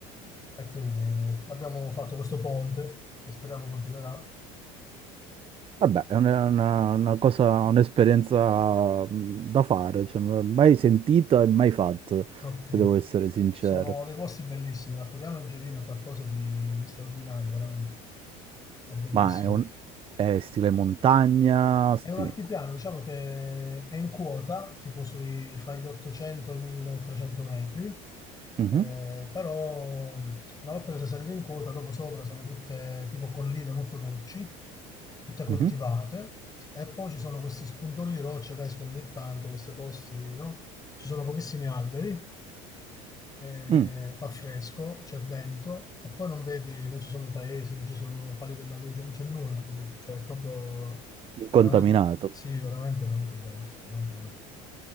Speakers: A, on the left; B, on the right.
A: E quindi abbiamo fatto questo ponte che speriamo continuerà.
B: Vabbè, è una, una- una cosa, un'esperienza mh, da fare, cioè, non l'ho mai sentita e mai fatta,
A: Ok.
B: se devo essere sincero.
A: Sono dei posti bellissimi. L'altopiano Gerino è qualcosa di, di straordinario, veramente. È bellissimo.
B: Ma è, un, è stile montagna, stile...
A: È un altipiano, diciamo che è in quota, tipo sui, fra gli 800 e i 1300 metri,
B: Mhm,
A: eh, però mh, una volta che sei salito in quota, dopo sopra sono tutte tipo colline molto dolci, tutte coltivate,
B: mhm,
A: e poi ci sono questi spuntoni di roccia che escono ogni tanto, questi posti, no? Ci sono pochissimi alberi, eh,
B: mm,
A: fa fresco, c'è vento e poi non vedi, non ci sono paesi, non ci sono pali della luce, non c'è nulla, capito? Cioè, è proprio
B: Incontaminato.
A: veramente, sì, veramente, veramente bello, veramente bello.